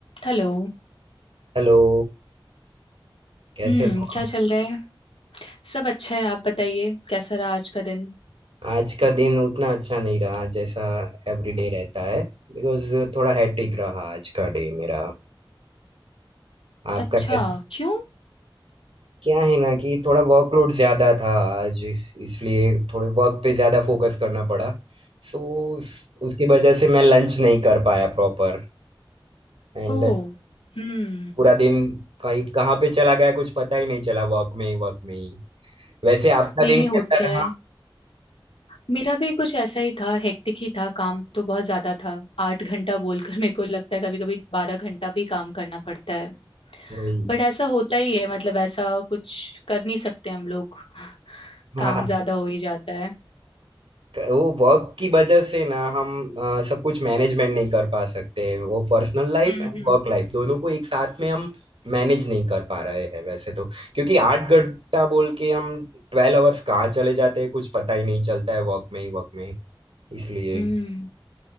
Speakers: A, on the left (about 85°); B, on the right (about 80°).
A: Hello
B: Hello कैसे
A: हम्म
B: हो
A: क्या
B: आप?
A: चल रहा है सब अच्छा है आप बताइए कैसा रहा आज का दिन
B: आज का दिन उतना अच्छा नहीं रहा जैसा एवरीडे रहता है बिकॉज थोड़ा हैट्रिक रहा आज का डे मेरा आपका
A: अच्छा
B: क्या
A: क्यों
B: क्या है ना कि थोड़ा वर्कलोड ज्यादा था आज इसलिए थोड़े वर्क पे ज्यादा फोकस करना पड़ा सो उसकी वजह से मैं लंच नहीं कर पाया प्रॉपर एंड
A: ओह हम्म
B: पूरा दिन कहीं कहाँ पे चला गया कुछ पता ही नहीं चला वर्क में ही वर्क में ही वैसे आपका
A: नहीं
B: दिन
A: नहीं
B: कैसा
A: होता
B: रहा
A: है मेरा भी कुछ ऐसा ही था हेक्टिक ही था काम तो बहुत ज्यादा था आठ घंटा बोलकर मेरे को लगता है कभी कभी बारह घंटा भी काम करना पड़ता है
B: वही
A: बट ऐसा होता ही है मतलब ऐसा कुछ कर नहीं सकते हम लोग <laughs>
B: <laughs>
A: काम ज्यादा हो ही जाता है
B: वो वर्क की वजह से ना हम अ, सब कुछ मैनेजमेंट नहीं कर पा सकते वो personal life
A: हम्म
B: and
A: हम्म
B: work life दोनों को एक साथ में हम मैनेज नहीं कर पा रहे हैं वैसे तो क्योंकि आठ घंटा बोल के हम ट्वेल्व आवर्स कहाँ चले जाते हैं कुछ पता ही नहीं चलता है वर्क में ही वर्क में इसलिए
A: हम्म